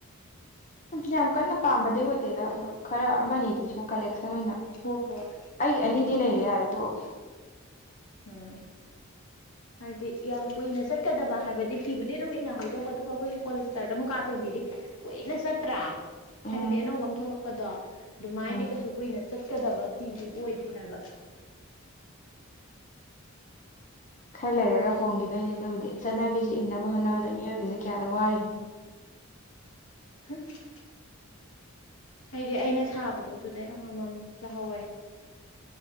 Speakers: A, on the left (about 35°); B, on the left (about 80°).
A: ꯌꯥꯝ ꯀꯟꯅ ꯄꯥꯝꯕꯗꯤ ꯑꯣꯏꯗꯦꯗ ꯑꯗꯨ꯫ ꯈꯔ ꯑꯃꯗꯤ ꯁꯨꯝ ꯀꯂꯦꯛꯁꯟ ꯑꯣꯏꯅ
B: ꯍꯣꯏ ꯍꯣꯏ
A: ꯑꯩꯒꯤ ꯑꯅꯤꯗꯤ
B: ꯎꯝ
A: ꯂꯩꯔꯦ ꯌꯥꯔꯦ ꯇꯣꯛꯑꯒꯦ꯫
B: ꯎꯝ꯫ ꯍꯥꯏꯗꯤ ꯌꯥꯝ ꯀꯨꯏꯅ ꯆꯠꯀꯗꯕ ꯍꯥꯏꯕꯗꯤ ꯐꯤꯕꯨꯗꯤ ꯑꯗꯨꯝ ꯏꯟꯅꯍꯗꯣꯛꯄ ꯑꯗꯨꯒ ꯑꯩꯈꯣꯏꯒꯤ ꯄꯣꯂꯤꯁꯇꯔꯗ ꯃꯨꯛꯀꯥ ꯐꯦꯟꯕꯤꯗꯤ ꯀꯨꯏꯅ ꯆꯠꯇ꯭ꯔꯥ
A: ꯎꯝ
B: ꯍꯥꯏꯕꯗꯤ ꯑꯅꯧꯕ ꯑꯃ ꯊꯣꯛꯂꯛꯄꯗꯣ꯫ ꯑꯗꯨꯃꯥꯏꯅꯗꯤ
A: ꯎꯝ
B: ꯀꯩꯁꯨ ꯀꯨꯏꯅ ꯆꯠꯀꯗꯕ ꯐꯤꯗꯤ ꯑꯣꯏꯗꯦ ꯍꯥꯏꯕ꯫
A: ꯈꯔ ꯂꯩꯔꯒ ꯍꯣꯡꯈꯤꯗꯣꯏꯅꯤ ꯑꯗꯨꯕꯨꯗꯤ ꯆꯠꯅꯕꯤꯁ ꯏꯟꯅꯕ ꯍꯣꯠꯅꯕꯗ ꯃꯤꯑꯣꯏꯕꯁꯦ ꯀꯌꯥꯗ ꯋꯥꯔꯤꯅꯣ꯫
B: <unintelligible> ꯑꯩꯗꯤ ꯑꯩꯅ ꯁꯥꯕꯗꯣ ꯑꯗꯨꯗꯩ ꯑꯃꯃꯝ ꯂꯧꯍꯧꯋꯦ꯫